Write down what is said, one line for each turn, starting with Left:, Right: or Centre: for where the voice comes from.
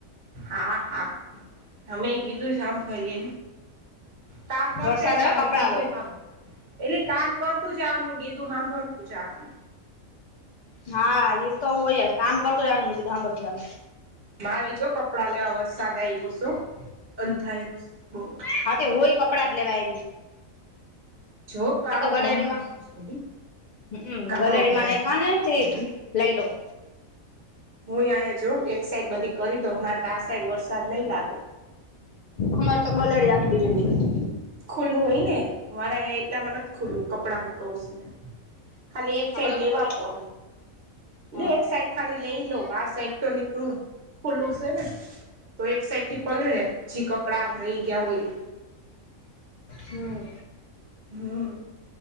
Right: હા હા અમેય ગીધું સાંભરીએન કામ કરતે
Left: વરસાદ આવે
Right: જામેં
Left: કપડાં
Right: કીધું
Left: લો
Right: કામ. એટલે કામ કરતું જાવનુ ને ગીધું હાભરતું જાવનુ
Left: હા ઈ તો હોય જ કામ કરતુ જાવનું ને ગીતો હાંભરતુ જાવનુ
Right: મારી જો કપડાં લેવા વરસાદ આયવુસ હો અંધાયરું સે બઉ
Left: હાં તે હુંય કપડાં જ લેવા આયવી.
Right: જો કાળો
Left: ગલેરીમાં
Right: ભમર <unintelligible>
Left: હમ
Right: કાળો
Left: ગલેરીમાં
Right: ભમર
Left: નાયખા ને તે
Right: <unintelligible>
Left: લઈ લઉ
Right: હું આંઈયા જો એક સાઈડ બધી કરી દઉ અમાર તો આ સાઈડ વરસાદ નઈ લાગે.
Left: અમાર તો ગલેડી આખી ભીની ભીની
Right: ખુલ્લું હોય ને અમાડા એટલામાં નથ ખુલુ કપડાં હુકવવુ સ ન્યાં. ખાલી એક
Left: હોય
Right: સાઈડ લેવા પોણ એલે
Left: હા
Right: એક સાઈડ. ખાલી લઈ લઉ આ સાઈડ તો નીકરું ખુલ્લું સે ને. તો એક સાઈડથી પલળે જી કપડા આમ રહી ગયા હોય ઈ
Left: હમ્મ.
Right: હમ્મ.